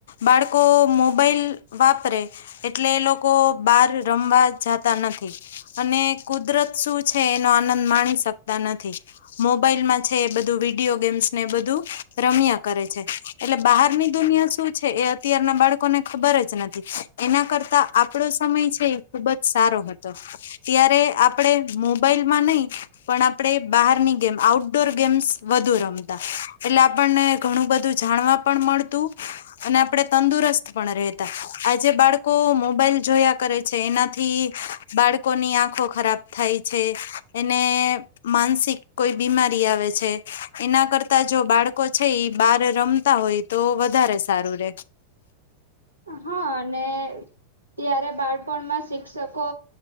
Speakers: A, on the left; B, on the right.
A: બાળકો મોબાઈલ વાપરે એટલે એ લોકો બાર રમવા જાતા નથી અને કુદરત શું છે એનો આનંદ માણી શકતા નથી મોબાઈલમાં છે એ બધું વિડિયો ગેમ્સને બધું રમ્યા કરે છે એટલે બહારની દુનિયા શું છે એ અત્યારના બાળકોને ખબર જ નથી એના કરતા આપણો સમય છે ખુબ જ સારો હતો ત્યારે આપડે મોબાઈલ માં નહી પણ આપણેે બહાર ની ગેમ આઉટડોર ગેમ્સ વધુ રમતા એટલે આપણને ઘણું બધું જાણવા પણ મળતું અને આપડે તંદુરસ્ત પણ રહેતા આજે બાળકો મોબાઈલ જોયા કરે છે એનાથી બાળકોની આંખો ખરાબ થાય છે એને માનસિક કોઈ બીમારી આવે છે એના કરતા જો બાળકો છે બાર રમતા હોય તો વધારે સારું રે
B: હા અને ત્યારે બાળપણમાં શિક્ષકો